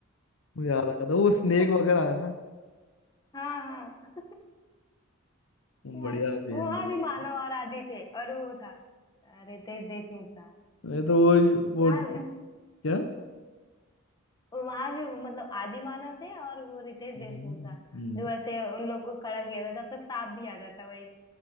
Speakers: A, on the left; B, on the left.
A: मुझे याद आ गया था वो स्नेक
B: <laughs>
A: वगैरह आया ना
B: हाँ हाँ
A: वो
B: यार
A: बढ़िया सीन
B: वहां
A: था
B: भी
A: उसमें।
B: मानव और आदि थे और वो था अ, रितेश देशमुख था
A: ये तो वो वो
B: यार
A: क्या
B: वहां भी मतलब आदि मानव थे और वो रितेश
A: हम्म
B: देशमुख था जो ऐसे उन लोग को खड़ा किया था तब तक सांप भी आ जाता वही